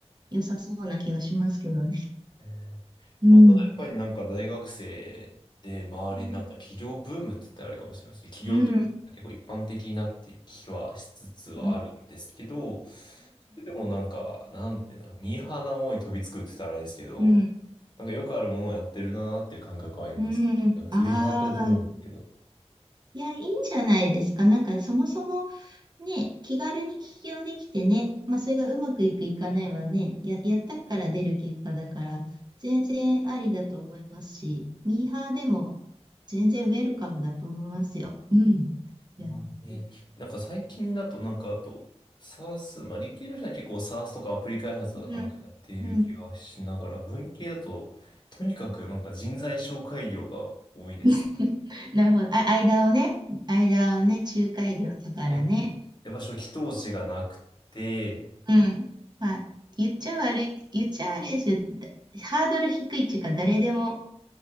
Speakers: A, on the right (about 40°); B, on the left (about 40°).
A: 良さそうな気がしますけどね。
B: えーまあ、
A: うん。
B: ただやっぱりなんか大学生で周りなんか起業ブームって言ったらあれかもしれませんし、
A: うん。
B: 起業って結構一般的になってきはしつつはあるんですけど、
A: うん。うん。
B: それでもなんか、なんていうんだろう、ミーハーなものに飛びつくって言ったらあれですけど、
A: うん。
B: なんかよくあるものをやってるなーっていう感覚はありますね。
A: うん。
B: 学生で批判すると思うんですけど。
A: ああ。いや、いいんじゃないですか。なんか、そもそもね、気軽に起業できてね、まあ、それがうまくいくいかないはね、や、やったから出る結果だから、全然ありだと思いますし、ミーハーでも全然ウェルカムだと思いますよ。うん。
B: まあね、
A: やってね。
B: なんか最近だとなんかあと、サース、まあ理系の人は結構サースとかアプリ開発はなんかやっている気がしながら、
A: うん。うん。
B: 文系だと、とにかくなんか人材紹介業が多いですね。
A: <laughs> なるほど。あ、間をね、間をね、仲介業だからね。
B: やっ、やっぱ初期投資がなくて、
A: うん。まあ、言っちゃ悪い、言っちゃ悪いですけど、だハードル低いっていうか、誰でも